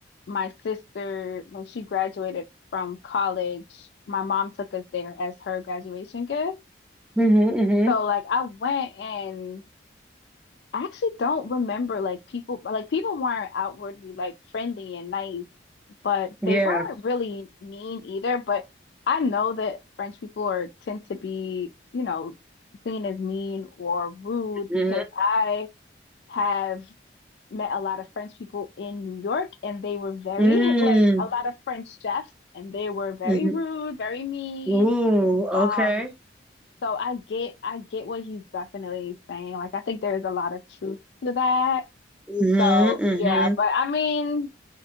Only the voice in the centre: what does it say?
mm-hmm, mm-hmm.
yeah.
Mm-hmm.
Mm-hmm.
mm-hmm.
Ooh, okay.
Mm-hmm,
hmm